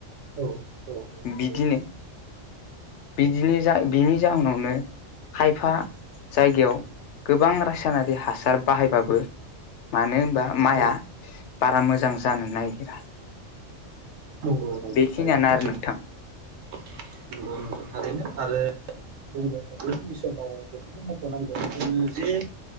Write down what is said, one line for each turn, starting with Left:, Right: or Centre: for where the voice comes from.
Right: औ औ नंगौ।
Left: बिदिनो बिदिनो
Right: औ
Left: जायो। बिनि जाहोनावनो खायफा जायगायाव गोबां रासायनारि,, हासार बाहायबाबो मानो,, बा माइआ
Right: औ
Left: बारा मोजां जानो नागिरा,,
Right: नंगौ नंगौ
Left: बेखिनियानो
Right: थारैनो,
Left: आरो नोंथां
Right: नंगौ नंगौ थारैनो आरो,, बुंनो हायो बेखिनि समाव बेखौबो मख'नांगोन जोङो जि,,